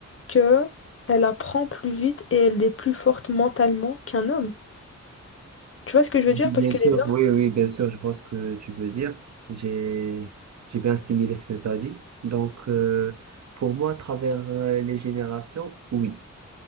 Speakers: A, on the left; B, on the right.
A: que elle apprend plus vite et elle est plus forte mentalement qu'un homme? Tu vois ce que je
B: Oui,
A: veux dire?
B: Bien
A: Parce que
B: sûr,
A: les hommes...
B: oui, oui, bien sûr, je vois ce que tu veux dire. J'ai, j'ai bien assimilé ce que tu as dit. Donc, euh, pour moi, à travers euh, les générations, oui.